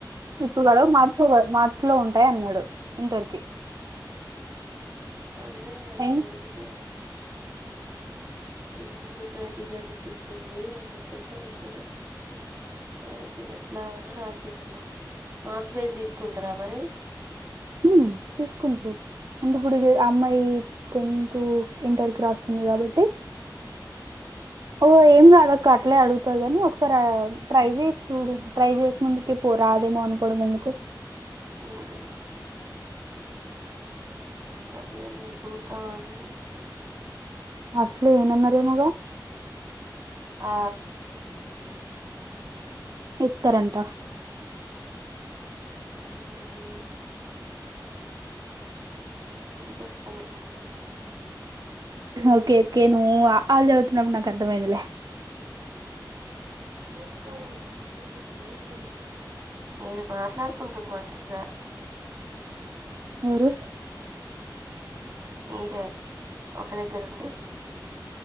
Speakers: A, on the right; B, on the right.
A: ఇప్పుడు పడవు మార్చి మార్చి లో ఉంటాయి అన్నాడు ఇంటర్ కి
B: అదే
A: ఎం
B: అడిగితే ఏజ్ క్రైటీరియా చూపిస్తుంది అని చెప్పేసి అన్నారు. అయితే ఎట్లా అని ఆచిస్తున్నా మార్క్స్ బేస్ తీసుకుంటారా మరి
A: ఉమ్ తీసుకుంట్రు అంటే ఇప్పుడు అమ్మాయి టెన్త్ ఇంటర్ కు రాస్తుంది కాబట్టి ఓ ఏం కాదుక్క అట్లే అడుగుతది గాని ఒకసారి ట్రై చేసి చూడు ట్రై చేయక ముందుక పో రాదేమో అనుకోవడం ఎందుకు
B: అవును అదే మరీ చూద్దామని
A: హాస్ట్ లో ఇయ్యన్నారేమో గా
B: ఆ
A: ఇత్తరంట
B: ఉం వినిపిస్తది
A: ఓకే ఓకే నువ్వు అ ఆ లు చదువుతున్నప్పుడు నాకు అర్థమైందిలే <inaudible>
B: మ్మ్ మీరు మాట్లాడుకుంటురు మంచిగా
A: ఎవరు
B: మీరే ఒక దగ్గర ఉండి